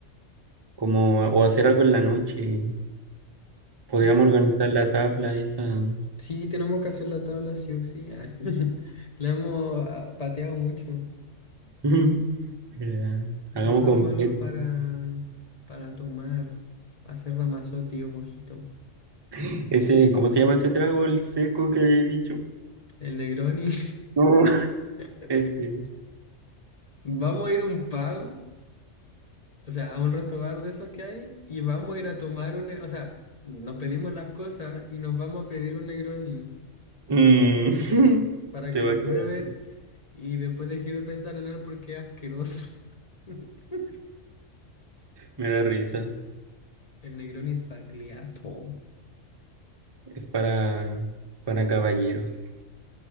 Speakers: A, on the right (about 30°); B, on the left (about 35°).
A: como o hacer algo en la noche. Podríamos
B: Sí, po,
A: organizar la tabla esa.
B: sí, tenemos que hacer la tabla sí o sí. Ah, <laughs> La hemos ah, pateado mucho.
A: <laughs> ¿Verdad? Hagamos
B: Compramos
A: completo.
B: algo para,
A: ¿no?
B: para tomar, para hacer ramazote o mojito.
A: <laughs> Ese, ¿cómo se llama ese trago? El seco que había dicho.
B: El Negroni.
A: No.
B: <laughs>
A: Ese.
B: Vamos a ir a un pub, o sea, a un resto bar de esos que hay, y vamos a ir a tomar un... ne- O sea, nos pedimos las cosas y nos vamos a pedir un Negroni
A: Mm. <laughs>
B: para
A: Se
B: que
A: va
B: lo
A: a
B: pruebes
A: quedar.
B: y después dejes de pensar en él porque es asqueroso. <laughs>
A: Me da risa.
B: El Negroni es bagliato.
A: Es para, para caballeros.